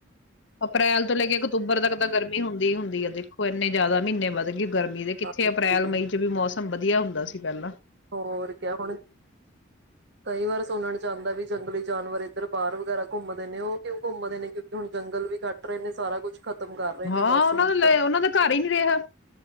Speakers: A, on the left; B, on the right.
A: ਅਪ੍ਰੈਲ ਤੋਂ ਲੈ ਕੇ ਅਕਤੂਬਰ ਤੱਕ ਤਾਂ ਗਰਮੀ ਹੁੰਦੀ ਹੁੰਦੀ ਹੈ ਦੇਖੋ ਇਨੇ ਜ਼ਿਆਦਾ ਮਹੀਨੇ ਵੱਧ ਗਏ ਗਰਮੀ ਦੇ ਕਿੱਥੇ
B: ਹਾਂਜੀ
A: ਅਪ੍ਰੈਲ ਮਈ ਚ ਵੀ ਮੌਸਮ ਵੱਧ ਵਧੀਆ ਹੁੰਦਾ ਸੀ ਪਹਿਲਾ
B: ਹੋਰ ਕਿਆ ਹੁਣ, ਕਈ ਵਾਰ ਸੁਣਨ ਚ ਆਂਦਾ ਵੀ ਜੰਗਲ ਵਿਚ ਜਾਨਵਰ ਇੱਧਰ ਬਾਹਰ ਵਗੈਰਾ ਘੁੰਮਦੇ ਨੇ ਉਹ ਕਿਉਂ ਘੁੰਮਦੇ ਨਹੀ ਕਿਉਂਕਿ ਹੁਣ ਜੰਗਲ ਵੀ ਕੱਟ ਰਹੇ ਨੇ ਸਾਰਾ ਕੁੱਛ ਖਤਮ ਕਰ ਰਹੇ
A: ਹਾਂ
B: ਨੇ ਬਸ
A: ਉਹਨਾਂ
B: ਹੁਣ
A: ਦਾ ਲੈ
B: ਤਾਂ
A: ਉਹਨਾਂ ਦਾ ਘਰ ਹੀ ਨੀ ਰਿਹਾ